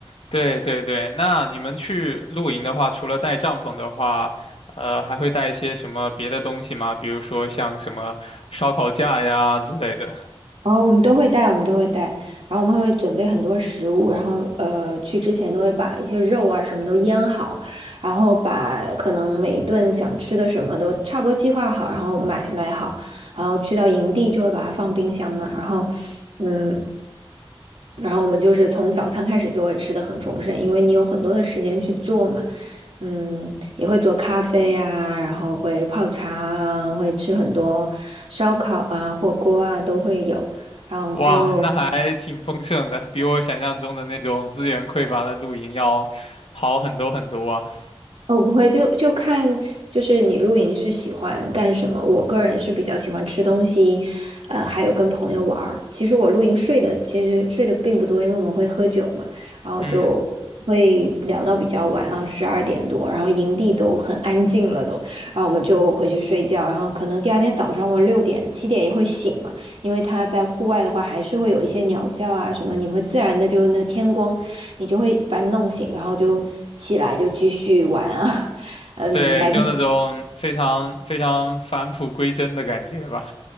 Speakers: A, on the left; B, on the right.
A: 对对对，那你们去露营的话，除了带帐篷的话，呃，还会带一些什么别的东西吗？比如说像什么烧烤架呀之类的。
B: 哦，我们都会带，我们都会带，然后我们会准备很多食物，然后呃，去之前都会把一些肉啊什么都腌好，然后把可能每一顿想吃的什么都差不多计划好，然后买买好，然后去到营地就会把它放冰箱嘛，然后嗯，然后我们就是从早餐开始就会吃的很丰盛，因为你有很多的时间去做嘛，嗯，也会做咖啡啊，然后会泡茶啊，会吃很多烧烤啊、火锅啊都会有，然后。
A: 哇，那还挺丰盛的，比我想象中的那种资源匮乏的露营要好很多很多啊。
B: 哦，不会，就就看，就是你露营是喜欢干什么？我个人是比较喜欢吃东西，呃，还有跟朋友玩儿。其实我露营睡的其实睡的并不多，因为我们会喝酒嘛，然后就会聊到比较晚啊，
A: 嗯，
B: 十二点多，然后营地都很安静了都，然后我们就回去睡觉，然后可能第二天早上我六点七点也会醒嘛，因为他在户外的话还是会有一些鸟叫啊什么，你会自然的就那天光你就会把你弄醒，然后就起来就继续玩啊。<laughs> 嗯，
A: 对，
B: 白天。
A: 就那种非常非常返璞归真的感觉吧。